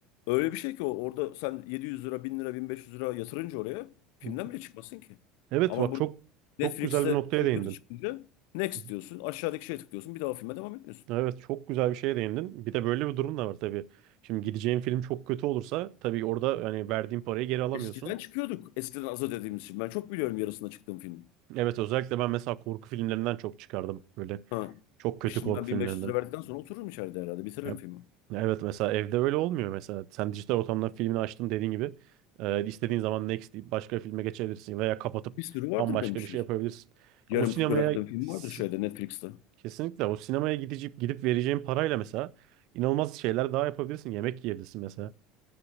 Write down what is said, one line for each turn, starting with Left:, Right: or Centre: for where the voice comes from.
Left: öyle bir şey ki o orada sen 700 lira, 1000 lira, 1500 lira yatırınca oraya filmden
Right: Hı.
Left: bile çıkmasın ki.
Right: Evet
Left: Ama
Right: bak
Left: burada
Right: çok
Left: Netflix'te
Right: çok güzel bir noktaya
Left: film
Right: değindin.
Left: kötü çıkınca next
Right: Hı hı.
Left: diyorsun. Aşağıdaki şeye tıklıyorsun. Bir daha o filme devam etmiyorsun.
Right: Evet çok güzel bir şeye değindin. Bir de böyle bir durum da var tabii. Şimdi gideceğim film çok kötü olursa tabii orada yani verdiğin parayı geri alamıyorsun.
Left: Eskiden çıkıyorduk. Eskiden az ödediğimiz için. Ben çok biliyorum yarısında çıktığım filmin.
Right: Evet özellikle ben mesela korku filmlerinden çok çıkardım. Böyle
Left: Ha.
Right: Çok kötü
Left: E şimdi
Right: korku
Left: ben 1500
Right: filmlerinden.
Left: lira verdikten sonra otururum içeride herhalde. Bitiririm
Right: Ya-
Left: filmi.
Right: ya evet mesela evde öyle olmuyor mesela. Sen dijital ortamda filmini açtın dediğin gibi. e, istediğin zaman next deyip başka bir filme geçebilirsin veya kapatıp
Left: Bir sürü vardır
Right: bambaşka
Left: benim şey.
Right: bir şey yapabilirsin.
Left: Yarım
Right: Ya o sinemaya
Left: bıraktığım film
Right: si-
Left: vardır şeyde Netflix'te.
Right: kesinlikle o sinemaya gidip gidip vereceğin parayla mesela inanılmaz şeyler daha yapabilirsin. Yemek yiyebilirsin mesela